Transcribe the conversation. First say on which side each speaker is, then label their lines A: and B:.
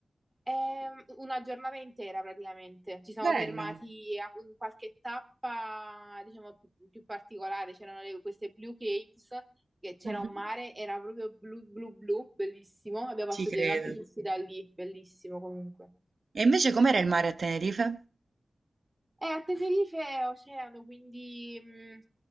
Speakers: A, on the right; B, on the right.
A: è una giornata intera praticamente. Ci siamo
B: Bello.
A: fermati a in qualche tappa, diciamo, più, più particolare. C'erano le- queste Blue Caves, che c'era
B: Mhm.
A: un mare, era proprio blu blu blu, bellissimo. Abbiamo
B: Ci
A: fatto
B: credo.
A: dei, anche questi da lì, bellissimo comunque.
B: E invece com'era il mare a Tenerife?
A: E a Tenerife è oceano, quindi mh,